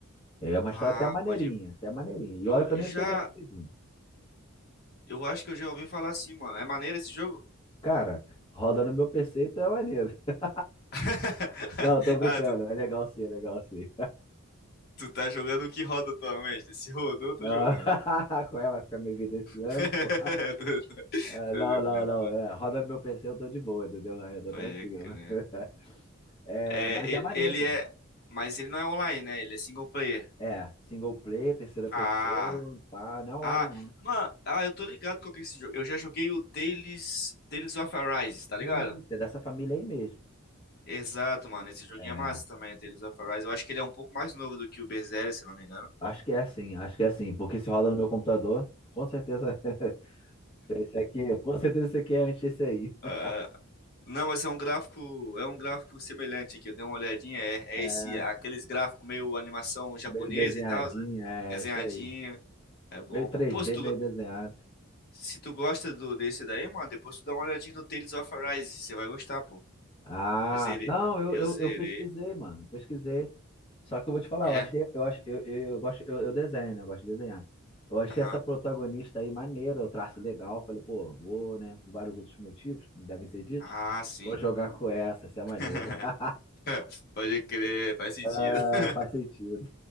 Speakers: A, on the left (about 25°); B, on the left (about 50°).
A: É uma história
B: Ah,
A: até maneirinha,
B: pode ir.
A: até maneirinha. E
B: Eu
A: olha que eu nem
B: já.
A: sou de RPG.
B: Eu acho que eu já ouvi falar assim, mano. É maneiro esse jogo?
A: Cara, roda no meu PC, então é maneiro. <laughs>
B: <laughs>
A: Não, tô brincando.
B: Ah, tu,
A: É legal sim, é legal sim.
B: tu tá jogando o que roda atualmente? Se rodou, eu tô
A: Não,
B: jogando.
A: <laughs> qual é? Vai ficar minha vida esse ano,
B: <laughs>
A: pô.
B: Tô- tô-
A: Ah,
B: tô
A: Não,
B: jogando.
A: não, não. É, roda no meu PC, eu tô de boa, entendeu? Aí eu tô
B: Pode
A: tranquilo.
B: crer. né?
A: <laughs> É,
B: É,
A: mas
B: e-
A: é maneiro,
B: ele
A: pô.
B: é. Mas ele não é online, né? Ele é single player.
A: É, single player, terceira pessoa,
B: Ah.
A: pá, não é online
B: Ah,
A: não.
B: mano, ah, eu tô ligado com esse jogo. Eu já joguei o Tales, Tales of Arise, tá ligado?
A: Ih, é dessa família aí mesmo.
B: Exato, mano. Esse joguinho
A: É,
B: é massa também, o Tales of Arise. Eu acho que ele é um pouco mais novo do que o Berseria, se não me engano.
A: Acho que é assim, acho que é assim, porque se roda no meu computador, com certeza <laughs> esse aqui, com certeza esse aqui é antes desse aí. <laughs>
B: Ah, não, mas é um gráfico, é um gráfico semelhante aqui. Eu dei uma olhadinha, é,
A: É,
B: é esse, aqueles gráficos meio animação japonesa
A: Meio desenhadinho,
B: e tal, né?
A: é
B: Desenhadinho.
A: é isso aí.
B: É bom,
A: Meio 3D,
B: mano. Pô, se tu,
A: meio desenhado.
B: Se tu gosta do, desse daí, mano, depois tu dá uma olhadinha no Tales of Arise. Você vai gostar, pô.
A: Ah,
B: Eu zerei.
A: não, eu,
B: Eu
A: eu,
B: zerei.
A: eu pesquisei, mano, pesquisei. Só que eu vou te falar,
B: É?
A: eu achei, eu acho, eu, eu, eu gosto, eu, eu desenho, né? Eu gosto de desenhar. Eu achei
B: Aham.
A: essa protagonista aí maneira, o traço legal. Eu Falei, pô, vou, né? Por vários outros motivos que devem ser ditos,
B: Ah, sim.
A: vou jogar com essa, essa é maneira.
B: <laughs>
A: <laughs>
B: Pode crer, faz sentido.
A: Ah, faz
B: <laughs>
A: sentido.